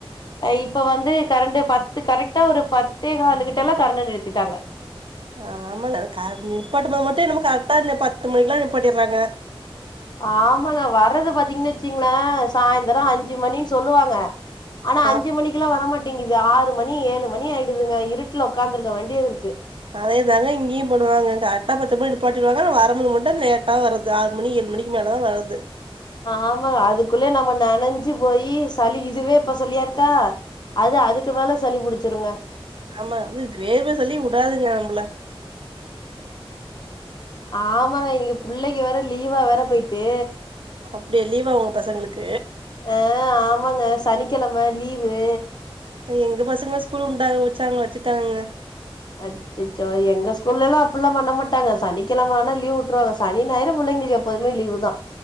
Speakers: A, on the left; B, on the right.
A: இப்ப வந்து கரண்டு பத்து கரெக்டா ஒரு பத்தே கால் கிட்ட எல்லா கரண்டா நிறுத்திட்டாங்க
B: ஆ ஆமாங்க கர நிப்பாட்டுபோது மட்டு என்னமோ கரெக்டா நிப்பாட் பத்து மணிக்கு எல்லா நிப்பாட்டிறாங்க
A: ஆமாங்க வர்றது பாத்தீங்கன்னு வச்சீங்களே சாய்ந்திரோ அஞ்சு மணின்னு சொல்லுவாங்க ஆனா
B: ஆ
A: அஞ்சு மணிக் எல்லா வரமாட்டேங்குது ஆறு மணி ஏழு மணி ஆயிடுதுங்க இருட்ல உக்காந்துருக்க வேண்டியது இருக்கு
B: அதேதாங்க இங்கேயு பண்ணுவாங்க கரெக்டா பத்து மணி நிப்பாட்டிடுவாங்க வரும் போது மட்டு லேட்டா வருது அது ஆறு மணி ஏழு மணிக்கு மேல தா வருது
A: ஆமா அதுக்குள்ள நம்ம நனைஞ்சு போயி சளி இதுவே இப்ப சளியா இருக்கா அது அதுக்கு மேல சளி புடிச்சுருங்க
B: ஆமா அது வேர்வ சளி விடாதுங்க நம்ள
A: ஆமா இன்னைக்கு புள்ளைக்கு வேற லீவா வேற போயிட்டு
B: அப்டியா லீவா உங்க பசங்களுக்கு
A: ஆ ஆமாங்க சனிக்கெழம லீவு
B: எங்க பசங்கள ஸ்கூல் உண்டாக வச்சாங்க வச்சுட்டானுங்க
A: அச்சச்சோ எங்க ஸ்கூல்ல எல்லா அப்டில்லா பண்ணமாட்டாங்க சனிக்கிழமைான லீவ் விட்ருவாங்க சனி ஞாயிரும் பிள்ளைங்களுக்கு எப் எப்போதுமே லீவு தா